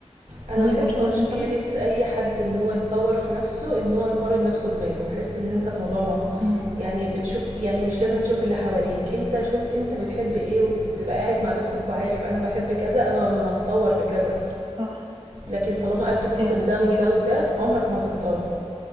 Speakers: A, on the right (about 85°); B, on the right (about 60°).
A: انا
B: تاخدي
A: بحس
B: كورسات
A: مشكلة
B: مثلا
A: اي حد ان هو يتطور في نفسه ان هو يقارن نفسه بغيره بحس ان انت طالما
B: امم
A: يعني بتشوف يعني مش لازم تشوف اللي حواليك انت شوف انت بتحب ايه و- وتبقى قاعد مع نفسك وعارف انا بحب كذا انا انا هتطور في كذا
B: صح
A: لكن طالما قعدت تبص
B: فعلا
A: لده
B: معاكي
A: وده
B: حق
A: وده عمرك ما هتتطور